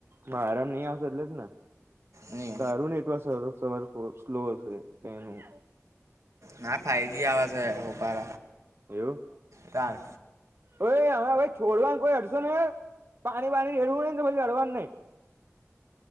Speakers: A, on the right (about 50°); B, on the right (about 85°).
A: મારામાં નઈ આવતો એટલે જ ને.
B: ની
A: તારું નેટવર્ક સવાર સવાર સર સ્લો છે તેનું.
B: ના ફાઈવ જી આવાજ હોપાર.
A: એવું.
B: કાર.
A: ઓય અવે અવે છોડવા ન કોઈ અડશો નઈ એ. પાણી વાણીને રેડવું નઈ, તો પછી અડવાનું નઈ.